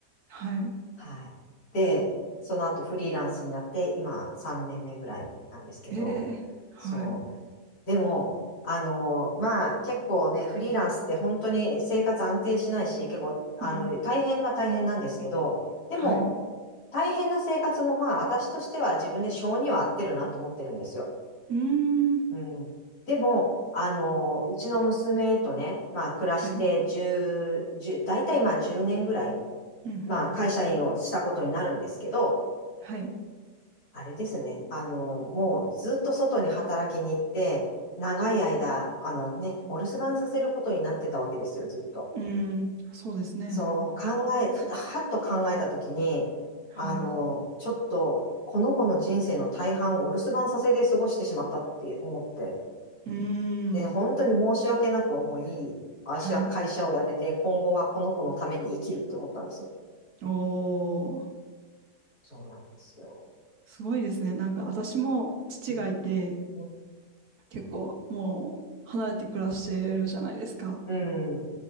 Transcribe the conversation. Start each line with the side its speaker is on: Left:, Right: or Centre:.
Right: はい。
Left: はい。で、その後フリーランスになって、今3年目ぐらいなんですけど、
Right: ええはい。
Left: そう。でも、あの、まあ、結構ね、フリーランスって本当に生活安定しないし、結構、あの、
Right: うん。
Left: 大変は大変なんですけど、でも、
Right: はい。
Left: 大変な生活もまあ、私としては自分で性には合ってるなと思ってるんですよ。
Right: うーん。
Left: うん。でも、あの、うちの娘とね、まあ、暮らして10、
Right: はい。
Left: 10、大体まあ10年ぐらい、
Right: うんうん。
Left: まあ、会社員をしたことになるんですけど、
Right: はい。
Left: あれですね。あの、もうずっと外に働きに行って、長い間、あのね、お留守番させることになってたわけですよ、ずっと。
Right: うーん。そうですね。
Left: そう考え、ふはっと考えたときに、
Right: はい。
Left: あの、ちょっと、この子の人生の大半をお留守番させて過ごしてしまったって思って。
Right: うーん。
Left: で、本当に申し訳なく思い、私は会社を辞めて、
Right: はい。
Left: 今後はこの子のために生きるって思ったんですよ。
Right: おお。
Left: そうなんですよ。
Right: すごいですね。なんか私も父がいて、
Left: うん、う
Right: 結構もう離れて暮らしてるじゃないですか。
Left: ん、